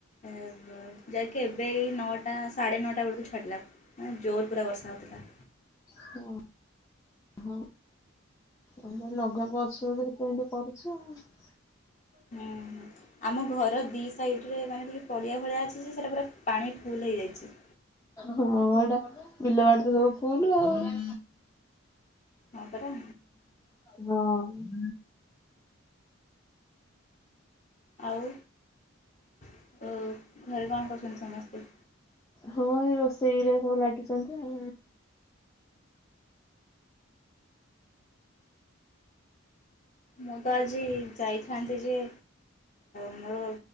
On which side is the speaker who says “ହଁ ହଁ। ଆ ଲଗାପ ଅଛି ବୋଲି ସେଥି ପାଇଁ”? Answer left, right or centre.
Left